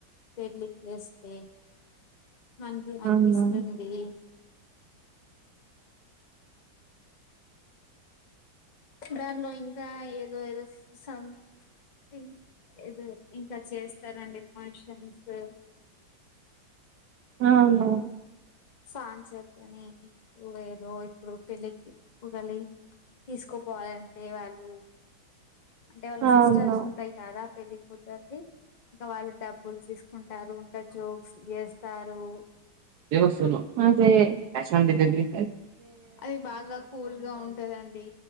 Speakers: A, on the left; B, on the right.
A: పెళ్లి చేస్తే మంది అక్కిస్తుంది
B: అవును
A: దానిలో ఇంకా ఏదో ఏదో సం థింగ్ ఏదో ఇంకా చేస్తారండి ఫంక్షన్సు
B: ఆ అవునవును
A: సాయం సేత్తనే ఇప్పుడు ఏదో ఇప్పుడు పెళ్లికి <inaudible> కూగలి తీసుకోపోవాలంటే వాళ్ళు అంటే వాళ్ళ
B: అవును
A: సిస్టర్స్ ని పైక్ కాదా పెళ్ళికూతర్ది ఇంకా వాళ్ళు డబ్బులు తీసుకుంటారు ఇంకా జోక్స్ ఏస్ స్తారు
B: దేవసేన క్యాష్ ఆన్ డిలివరీ
A: అది బాగా కూల్గా ఉంటదండి